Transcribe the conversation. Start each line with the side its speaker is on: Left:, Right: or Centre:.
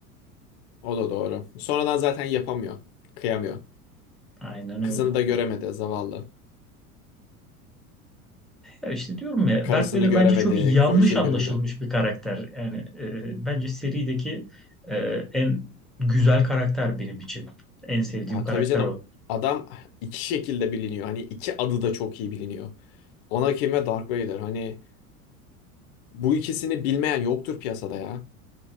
Left: O da doğru. Sonradan zaten yapamıyor. Kıyamıyor.
Centre: Aynen öyle.
Left: Kızını da göremedi zavallı.
Centre: Ya işte diyorum ya
Left: Karısını
Centre: Darth Vader
Left: göremedi.
Centre: bence çok yanlış
Left: Koyu şey
Centre: anlaşılmış
Left: göremedi.
Centre: bir karakter. Yani e, bence serideki e, en güzel karakter benim için. En sevdiğim
Left: Ya
Centre: karakter
Left: tabii canım.
Centre: o.
Left: Adam iki şekilde biliniyor. Hani iki adı da çok iyi biliniyor. Anakin ve Dark Vader. Hani bu ikisini bilmeyen yoktur piyasada ya.